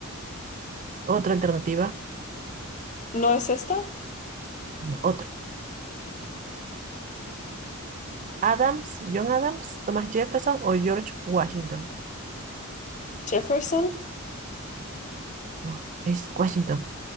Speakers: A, on the right; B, on the left.
A: Otra alternativa,
B: ¿No es esta?
A: no, otro. Adams, John Adams, Thomas Jefferson o George Washington.
B: ¿Jefferson?
A: No, es Washington.